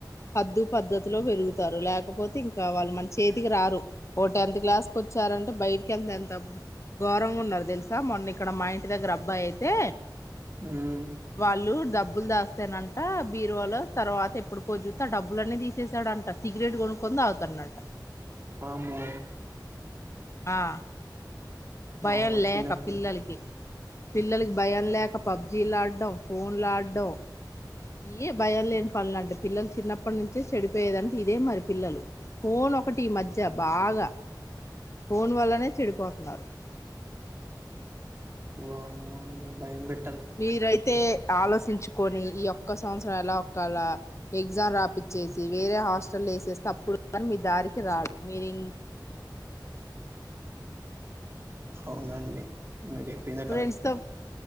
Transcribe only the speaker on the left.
హద్దు పద్ధతిలో పెరుగుతారు లేకపోతే ఇంకా వాళ్ళు మన చేతికి రారు ఓ టెన్త్ క్లాస్కి వచ్చారంటే బయటికెంత ఎంత ఘరంగా ఉన్నారు తెలుసా మొన్న ఇక్కడ మా ఇంటి దగ్గర అబ్బాయి అయితే
వాళ్ళు దబ్బ బ్బులు దాస్తానంట బీరువాలో తర్వాత ఎప్పుడుకో చూస్తా డబ్బులన్నీ తీసేసాడు అంటా సిగరెట్ కొనుక్కొని తాగుతాండంట
ఆ భయం
లేక
పిల్లలకి పిల్లలకి భయం లేక పబ్జీలా ఆడ్డం ఫోన్ లాడ్డం ఇఎ భయం లేని పనుల అంటే పిల్లలు చిన్నప్పటి నుంచే చెడిపోయేదంటే ఇదే మరి పిల్లలు ఫోన్ ఒకటి ఈ మధ్య బాగా ఫోన్ వల్లనే చెడిపోతున్నారు
మీరైతే ఆలోచించుకొని ఈ యొ ఒక్క సంవత్సరం ఎలా ఒకేళ ఎగ్జామ్ రాపిచ్చేసి వేరే హాస్టల్ వేసేసి తప్పుడు కానీ మీ దారికి రాడు మీరుం
ఫ్రెండ్స్
తో